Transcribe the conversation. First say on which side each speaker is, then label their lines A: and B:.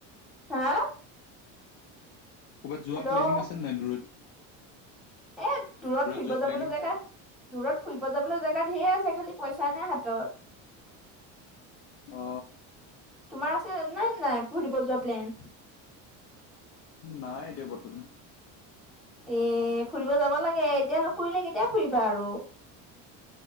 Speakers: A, in the centre; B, on the left.
A: হা
B: ক'ৰবাত যোৱা
A: হেল্ল'।
B: প্লেনিং আছে নাই দূৰত?
A: এ দূৰত ফুৰিব
B: যোৱা প্লেনিং
A: যাবলৈ জেগা দূৰত ফুৰিব যাবলৈ জেগা ধঢেৰ আছে খালি পইচা নাই হাতত
B: অ
A: তোমাৰ আছে নে নাই ফুৰিব যোৱা প্লেন?
B: নাই এতিয়া বৰ্তমান।
A: এ ফুৰিব যাব লাগে, এতিয়া নুফুৰিলে কেতিয়া ফুৰিবা আৰু।